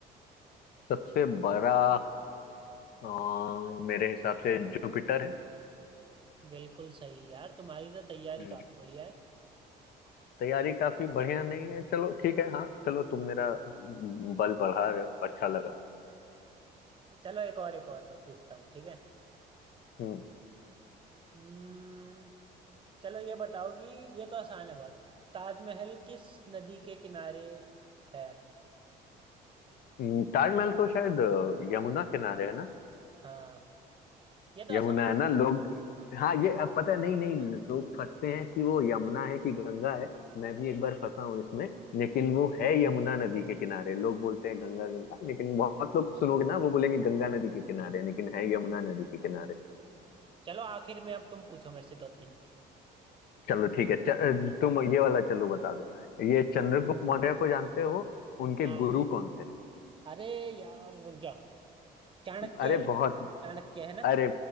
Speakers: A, on the left (about 65°); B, on the right (about 30°).
A: सबसे बड़ा अ, मेरे हिसाब से जुपिटर है
B: बिल्कुल सही यार तुम्हारी तो तैयारी
A: जु-
B: काफी बढ़िया है
A: तैयारी काफी बढ़िया नहीं है चलो ठीक है हाँ चलो तुम मेरा बल बढ़ा रहे हो अच्छा लगा
B: चलो एक और एक और बात पूछता हूँ ठीक है
A: हम्म,
B: हम्म चलो ये बताओ कि ये तो आसान है बहुत ताजमहल किस नदी के किनारे है
A: हम्म, ताजमहल तो शायद अ, यमुना किनारे है ना
B: हाँ ये तो
A: यमुना
B: आसान
A: है
B: था
A: ना लोग हाँ ये अब पता है, नहीं नहीं लोग फंसते हैं कि वो यमुना है कि गंगा है मैं भी एक बार फंसा हूँ इसमें लेकिन वो है यमुना नदी के किनारे लोग बोलते हैं गंगा गंगा लेकिन बहुत लोग सुनोगे ना वो बोलेंगे गंगा नदी के किनारे लेकिन है यमुना नदी के किनारे
B: चलो आखिर में अब तुम पूछो मेरे से दो तीन
A: चलो ठीक है च, तुम ये वाला चलो बता दो ये चंद्रगुप्त मौर्य को जानते हो उनके
B: हाँ
A: गुरु कौन थे
B: अरे यार रुक जा चाणक्य
A: अरे
B: है
A: बहुत
B: चाणक्य है ना
A: अरे